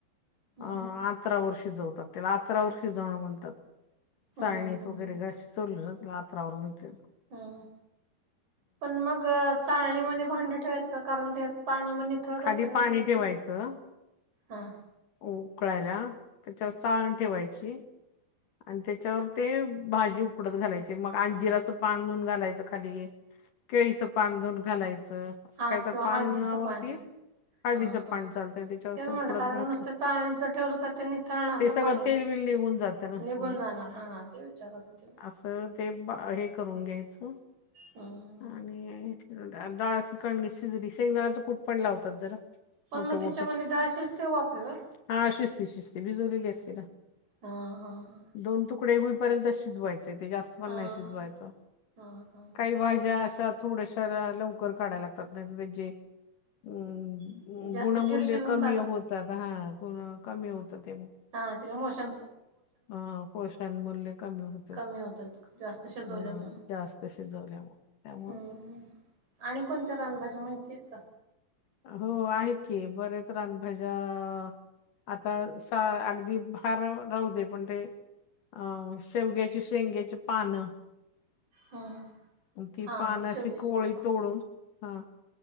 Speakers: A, on the right; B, on the left.
A: हम्म
B: अ आ
A: हम्म
B: - अतरावर शिजवतात त्याला अतरावर शिजवणं म्हणतात
A: हम्म
B: चाळणीत वगैरे <unintelligible> शिजवलं त्याला आतरावर म्हणत्यात
A: हं हं पण मग चाळणीमध्ये भांडं ठेवायचं का कारण त्यात पाणी म नित नितळत
B: खाली
A: असेल ना
B: पाणी
A: त्याच्यातन
B: ठेवायचं
A: हा
B: उकळायला त्याच्यावर चाळण ठेवायची आणि त्याच्यावर ते भाजी उकडत घालायची मग अंजिराचं पान धुऊन घालायचं खाली केळीचं पान धुवून घालायचं असं
A: हा
B: काय तर
A: किंवा
B: पानावरती
A: हळदीचं पान
B: हळदीचं
A: हा हा
B: पान
A: हा
B: चालतय त्याच्यावर
A: तेच
B: असं
A: म्हटलं
B: उकडत
A: कारण
B: घातलं
A: नुसत्या चाळणीत जर ठेवलं तर ते निथळणार
B: ते
A: ना
B: सगळ
A: पाणी तिथलं
B: तेलबिल निघून जातं ना
A: निघून
B: हं.
A: जाणार हा ते विचारत होते मी
B: असं ते भा हे करून घ्यायचं
A: हा हा
B: आणि डाळ ची कणगी शिजली शेंगदाण्याच कुट पण लावतात जरा
A: पण
B: मोठं
A: मग त्याच्यामध्ये
B: मोठं
A: डाळ शिजते वाफेवर
B: हा शिजते शिजते भिजवलेली असते ना
A: हा हा ह
B: दोन तुकडे होईपर्यंत शिजवायचे ते जास्त पण
A: हा
B: नाही शिजवायचं
A: हा हा हा
B: काही भाज्या भाज्या अश्या थोड्याश्या लवकर काढाय लागतात नाहीतर म्हणजे अ
A: हा जास्त
B: गुणमूल्य
A: गिर शिजून
B: कमी
A: चालत
B: होत
A: नाही
B: जात हा गुण कमी होतात ते म
A: हा तिच्यामुळ शांपो
B: हा पोषण मूल्य कमी होतात
A: कमी जास्त शिजवल्यामुळे
B: हा जास्त शिजवल्याम - त्यामूळ
A: हम्म हम्म. आणि कोणत्या रानभाज्या माहिती आहेत का
B: हो आहेत की बरेच रानभाज्या आ आता सा अगदी फार राहू दे पण ते अ शेवग्याची शेंग्याची पानं
A: हम्म हम्म.
B: ती
A: हा
B: पान
A: ते शेवग्याची
B: अशी कोवळी
A: शेंग पण
B: तोडून हा